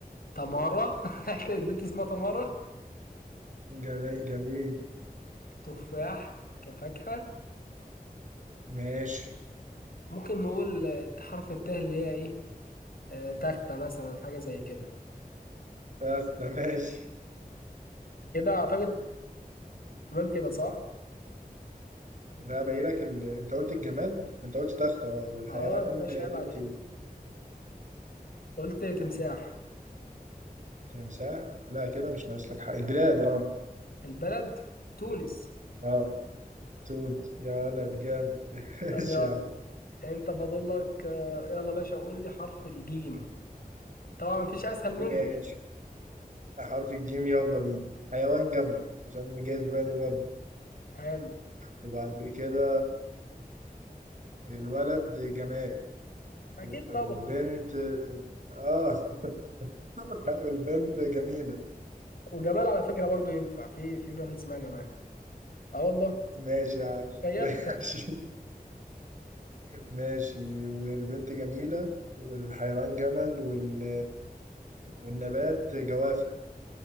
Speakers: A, on the left; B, on the right.
A: تمارة <laughs> البنت اسمها تمارة
B: جميل جميل
A: تفاح كفاكهة
B: ماشي
A: ممكن نقول آه، حرف التاء اللي هي ايه آه... تختة مثلا حاجة زي كده
B: تختة <laughs> ماشي
A: كده اعتقد تمام كده صح
B: لا باين لك ال... انت قلت الجماد انت قلت تختة اه والحيوان
A: اه يا باشا عيب
B: قلت
A: عليك قلت تمساح
B: تمساح لا كده مش ناقص لك حاجة البلاد اه
A: البلد تونس
B: اه تونس يا ولد جامد <laughs> ماشي
A: طب يلا
B: يا عم
A: انت فاضل لك آه، يلا باشا قول لي حرف الجيم طبعا مفيش اسهل منه
B: ماشي حرف الجيم يلا بينا حيوان جمل عشان جاي في بالي برضه
A: حلو
B: وبعد كده الولد جمال والبنت
A: اكيد طبعا
B: اه <laughs> والبنت جميلة
A: وجمال على فكرة برضو ينفع في في بنات اسمها جمال اه والله
B: ماشي يا عم
A: تخيل
B: <laughs> ماشي ماشي والبنت جميلة والحيوان جمل وال... والنبات جوافة